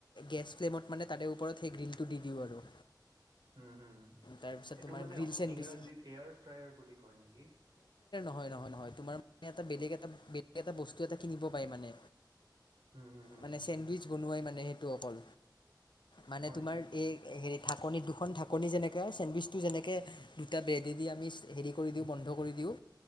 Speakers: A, on the left; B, on the right.
A: গেছ ফ্লেমত মানে, তাৰে ওপৰত সেই গ্ৰীলটো দি দিওঁ আৰু
B: উম, হোম
A: তাৰপিছত
B: সেইটো
A: তোমাৰ
B: মানে
A: গ্ৰীল
B: অস
A: চেণ্ডউইচ
B: ইংৰাজীত এয়াৰ ফ্ৰায়াৰ বুলি কয় নেকি?
A: হয়, নহয়, নহয় তোমাৰ মানে এটা বেলেগ এটা বেলেগ এটা বস্তু এটা কিনিব পাৰি মানে
B: হুম হুম হুম
A: মানে চেণ্ডউইচ বনোৱাই মান সেইটো অকল মানে,
B: হয়
A: তোমাৰ
B: নেকি?
A: এই হেৰিত ঢাকনি দো খন ঢাকনি যেনেকে চেণ্ডউইচটো যেনেকে দুটা ব্ৰেডে দি আমি হেৰি কৰি দিওঁ, বন্ধ কৰি দিওঁ।